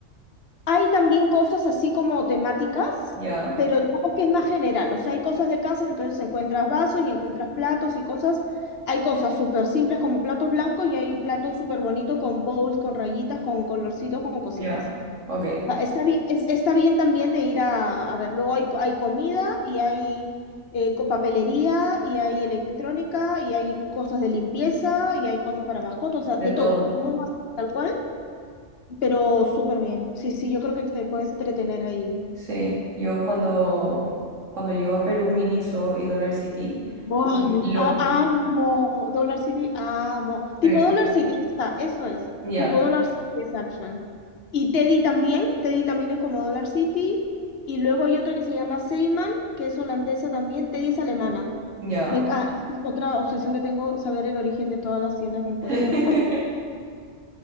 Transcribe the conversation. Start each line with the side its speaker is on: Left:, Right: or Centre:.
Left: Hay también cosas así como temáticas,
Right: Ya,
Left: pero digamos que es más general. O sea, hay cosas de casa, entonces encuentras vasos y encuentras platos y cosas. Hay cosas súper simples como platos blancos y hay platos súper bonitos con bowls, con rayitas, con colorcitos, con cositas.
Right: ya, ok,
Left: O sea, está bien, es- está bien también de ir a, a ver. Luego hay, hay comida y hay eh, co- papelería y hay electrónica y hay cosas de limpieza y hay cosas para mascotas, o sea,
Right: de
Left: de
Right: todo.
Left: todo, como un bazar, tal cual pero súper bien. Sí, sí, yo creo que te puedes entretener ahí.
Right: Sí, yo cuando, cuando llego a Perú, Miniso y Dollar City,
Left: Buah,
Right: me volví
Left: me-
Right: loca.
Left: a- amo Dollar City, amo. Tipo
Right: Sí.
Left: Dollar City, ahí está, eso es.
Right: Ya,
Left: Tipo Dollar City es Action. Y Teddy también, Teddy también es como Dollar City. Y luego hay otra que se llama Seiman, que es holandesa también. Teddy es alemana.
Right: ya.
Left: Me enc- ah, es otra obsesión que tengo, saber el origen de todas las tiendas que encuentro.
Right: <laughs>
Left: <laughs>